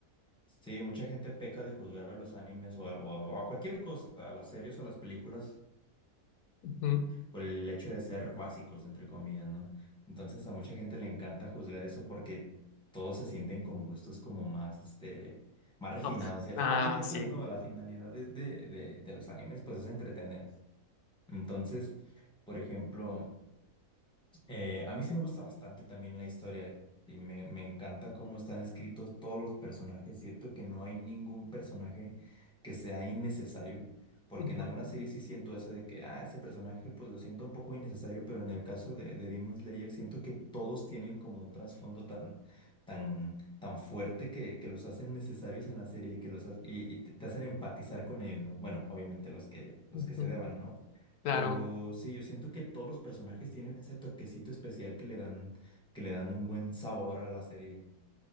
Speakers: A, in the centre; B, on the left.
A: Sí, mucha gente peca de juzgar a los animes o a, o a- o a cualquier cosa, a las series o a las películas
B: Ujú.
A: por el hecho de ser básicos, entre comillas, ¿no? Entonces a mucha gente le encanta juzgar eso porque todos se sienten con gustos como más, este, más refinados.
B: Oh,
A: Y al
B: Ah,
A: final del día,
B: sí.
A: pues no, la finalidad de, de, de, de los animes, pues es entretener. Entonces, por ejemplo... Eh, a mí sí me gusta bastante también la historia y me, me encanta cómo están escritos todos los personajes. Siento que no hay ningún personaje que sea innecesario, porque
B: Ujú,
A: en algunas series sí siento eso de que, ah, ese personaje pues lo siento un poco innecesario, pero en el caso de, de Demon Slayer siento que todos tienen como un trasfondo tan, tan, tan fuerte que, que los hacen necesarios en la serie y que los ha- y, y te te hacen empatizar con ellos, ¿no? Bueno, obviamente los que, los
B: ujú.
A: que se deban, ¿no?
B: Claro.
A: Pero sí, yo siento que todos los personajes tienen ese toquecito especial que le dan, que le dan un buen sabor a la serie.